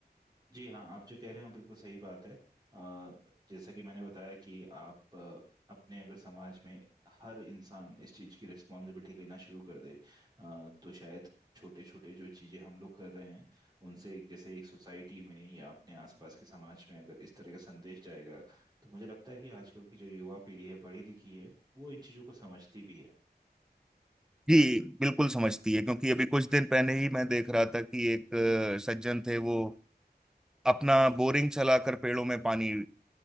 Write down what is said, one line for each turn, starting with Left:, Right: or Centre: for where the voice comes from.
Right: जी हाँ आप जो कह रहे हो बिल्कुल सही बात है अ, जैसा कि मैंने बताया कि आप अ, अपने अगर समाज में हर इंसान इस चीज़ की रिस्पॉन्सिबिलिटी लेना शुरू कर दे अ, तो शायद छोटे छोटे जो चीज़ें हम लोग कर रहे हैं उनसे एक- जैसे एक सोसाइटी में या अपने आसपास के समाज में अगर इस तरह का संदेश जाएगा तो मुझे लगता है कि आजकल की जो युवा पीढ़ी है पढ़ी लिखी है वो इन चीज़ों को समझती भी है
Centre: जी बिल्कुल समझती है क्योंकि अभी कुछ दिन पहले ही मैं देख रहा था कि एक अ, सज्जन थे वो अपना बोरिंग चलाकर पेड़ों में पानी